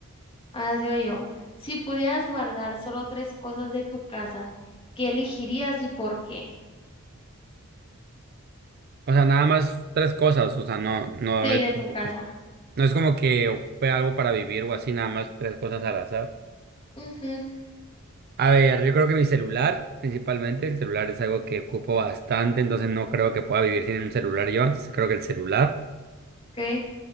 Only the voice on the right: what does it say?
O sea, nada más tres cosas, o sea, no, no
es
como
que, no es como que ocupe algo para vivir o así, nada más tres cosas al azar.
A ver, yo creo que mi celular, principalmente, el celular es algo que ocupo bastante, entonces no creo que pueda vivir sin un celular yo, entonces creo que el celular.